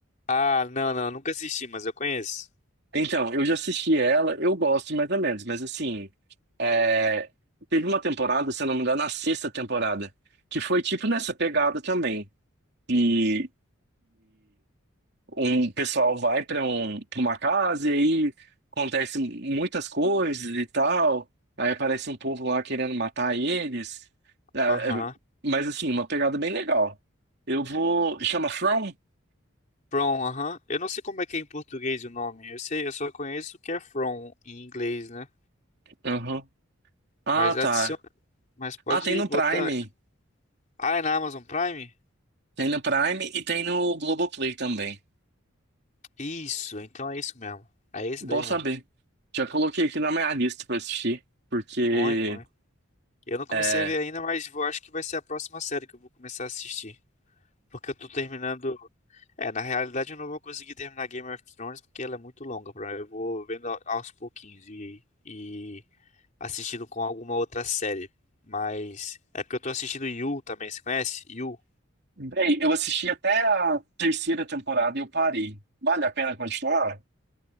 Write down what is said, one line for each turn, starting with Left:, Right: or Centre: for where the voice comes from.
Left: Ah, não, não, nunca assisti, mas eu conheço.
Right: Então, eu já assisti ela, eu gosto mais ou menos, mas assim, é, teve uma temporada, se eu não me engano, na sexta temporada, que foi tipo nessa pegada também, e, um pessoal vai para um, para uma casa e aí acontece muitas coisas e tal. Aí aparece um povo lá querendo matar eles. Ah,
Left: Aham.
Right: é- Mas assim, uma pegada bem legal. Eu vou. Chama From?
Left: From, aham. Eu não sei como é que é em português o nome. Eu sei, eu só conheço o que é From em inglês, né?
Right: Aham. Ah,
Left: Mas
Right: tá.
Left: adiciona, mas pode
Right: Ah, tem no
Left: botar.
Right: Prime.
Left: Ah, é na Amazon Prime?
Right: Tem no Prime e tem no Globoplay também.
Left: Isso, então é isso mesmo. É esse
Right: Bom
Left: daí
Right: saber.
Left: mesmo.
Right: Já coloquei aqui na minha lista pra assistir, porque
Left: Põe, põe. Eu não comecei
Right: é,
Left: a ver ainda, mas vou, acho que vai ser a próxima série que eu vou começar a assistir. Porque eu tô terminando. É, na realidade eu não vou conseguir terminar Game of Thrones porque ela é muito longa, pra mim. Eu vou vendo a- aos pouquinhos e, e assistindo com alguma outra série. Mas é porque eu tô assistindo You também, você conhece? You.
Right: Bem, eu assisti até a terceira temporada e eu parei. Vale a pena continuar?